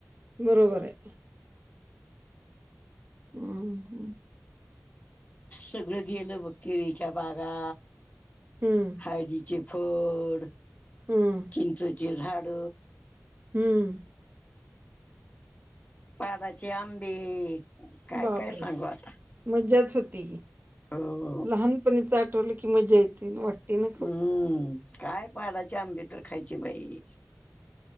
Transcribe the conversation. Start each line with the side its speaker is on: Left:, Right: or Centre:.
Right: बरोबर आहे. ह
Left: सगळं गेलं बघ केळीच्या बागा
Right: हम्म
Left: हळदीचे फड
Right: हम्म
Left: चिंचेचे झाड
Right: हम्म
Left: पाडाचे आंबे काय
Right: बापरे
Left: काय सांगू आता
Right: मज्जाच होती.
Left: हो
Right: लहानपणीच आठवलं की, मजा येते वाटते ना खूप
Left: हम्म काय पाडाचे आंबे तर खायची बाई